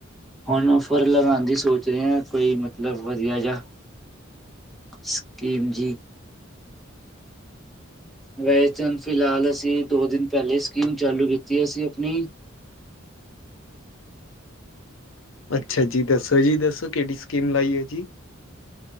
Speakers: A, in the centre; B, on the left (about 70°).
A: ਹੁਣ ਔਫਰ ਲਗਾਉਣ ਦੀ ਸੋਚ ਰਹੇ ਹਾਂ ਕੋਈ ਮਤਲਬ ਵਧੀਆ ਜਿਆ ਸਕੀਮ ਜੀ ਵੈਸੇ ਤਾਂ ਫਿਲਹਾਲ ਅਸੀਂ ਦੋ ਦਿਨ ਪਹਿਲੇ ਸਕੀਮ ਚਾਲੂ ਕੀਤੀ ਅਸੀਂ ਆਪਣੀ
B: ਅੱਛਾ ਜੀ ਦੱਸੋ ਜੀ ਦੱਸੋ ਕਿਹੜੀ ਸਕੀਮ ਲਾਈ ਹੈ ਜੀ